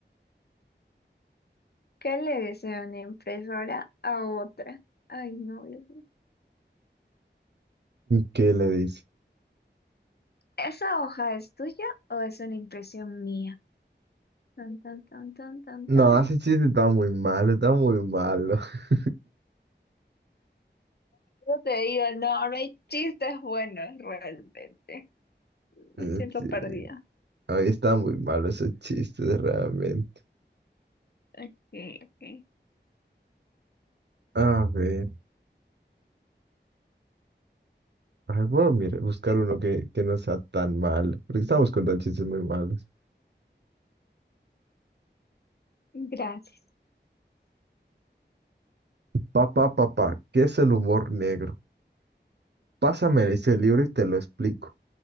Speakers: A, on the left; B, on the right.
A: ¿Qué le desea una impresora a otra? Ay, no. Dios mío.
B: ¿Qué le dice?
A: ¿Esa hoja es tuya o es una impresión mía? Tan, tan, tan, tan, tan,
B: No,
A: tan.
B: ese chiste está muy malo, está muy malo. <laughs>
A: Yo te digo, no, ahora hay chistes buenos realmente.
B: Sí,
A: Me siento perdida.
B: ahí está muy malo esos chistes realmente.
A: Ok, ok.
B: A ver, ay, voy a mirar- buscar uno que, que no sea tan malo, porque estamos contando chistes muy malos.
A: Gracias.
B: Papá, papá, ¿qué es el humor negro? Pásame ese libro y te lo explico.